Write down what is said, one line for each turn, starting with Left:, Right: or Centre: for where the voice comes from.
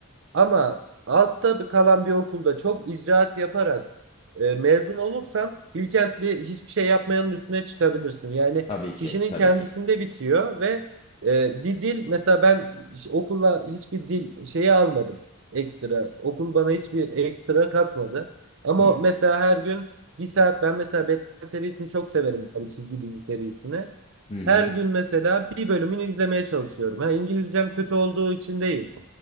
Right: Ama altta bir- kalan bir okulda çok icraat yaparak e, mezun olursan Bilkentli hiçbir şey yapmayanın üstüne çıkabilirsin. Yani
Left: Tabii ki,
Right: kişinin
Left: tabii
Right: kendisinde
Left: ki.
Right: bitiyor ve e, bir dil mesela ben hiç- okula hiçbir dil şeyi almadım ekstra. Okul bana hiçbir ekstra katmadı. Ama
Left: Hı
Right: mesela her gün bir saat ben mesela Batman serisini çok severim abi çizgi dizi serisini.
Left: hı. hı.
Right: Her gün mesela bir bölümünü izlemeye çalışıyorum. Ha, İngilizcem kötü olduğu için değil